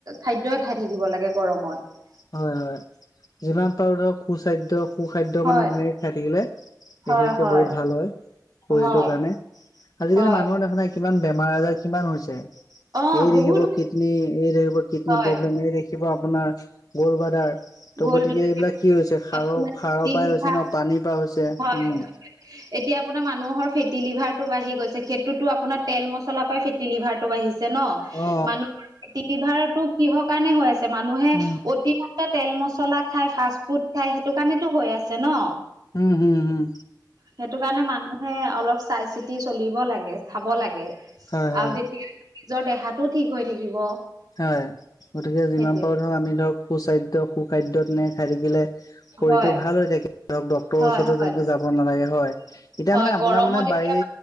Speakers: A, on the right; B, on the left.
A: খাদ্যই খাই থাকিব লাগে, গৰমত।
B: হয়, হয়। যিমান পাৰোঁ ধৰক সুস্বাসধ্য সু-খাদ্য
A: হয়
B: মানে তেনেকে খাই থাকিলে,
A: হয়
B: বিশেষকৈ
A: হয়
B: বহুত ভাল হয়, শৰীৰটোৰ
A: হয়
B: কাৰণে। আজিকালি
A: হয়
B: মানুহৰ দেখা নাই কিমান বেমাৰ-আজাৰ, কিমান হৈছে।
A: অ
B: এই
A: বহুত
B: দেখিব কিডনী, এই দেখিব কিডনী
A: হয়
B: প্ৰব্লেম, এই দেখিব দেখিব আপোনাৰ গ'লব্লাডাদাৰ।
A: গ'ল
B: গতিকে
A: বিলাক
B: এইবিলাক কি হৈছে, সাৰৰ,
A: আপোনাৰ
B: সাৰৰ
A: ফেটি
B: পৰাই
A: লিভাৰ
B: হৈছে ন। পানী পৰাই হৈছে।
A: হয়
B: উম
A: হয়। এতিয়া আপোনাৰ মানুহৰ ফেটি লিভাৰটো বাঢ়ি গৈছে। সেইটোতো আপোনাৰ তেল-মছলাৰ পৰাই ফেটি লিভাৰ বাঢ়িছে ন,
B: অ
A: মানুহৰ ফেটি লিভাৰটো কিহৰ কাৰণে হৈ আছে, মানুহে
B: উম
A: অতি তেল-মচলা খাই, ফাষ্ট ফুড খাই, সেইটো কাৰণেতো হৈ আছে ন।
B: উম, হুম হুম।
A: সেইটো কাৰণে মানুহে অলপ চাই-চিতি চলিব লাগে, চাব লাগে। আৰু
B: হয় হয়
A: তেতিয়া, নিজৰ দেহাটোও ঠিক হৈ থাকিব।
B: হয়, গতিকে যিমান
A: সেইটোৱে
B: পাৰোঁ ধৰক, আমি ধৰক, সুস্বাস্থ্য, সুখাদ্য তেনেকে খাই থাকিলে শৰীৰটো
A: হয়
B: ভাল হৈ থাকে, ধৰক ডক্তৰৰ
A: হয়
B: ওচৰতো তেনেকে
A: হয়
B: যাব নালাগে, হয়। এতিয়া
A: হয়
B: মানে, আপোনাৰ
A: গৰমত
B: মানে বাৰী,
A: এতিয়া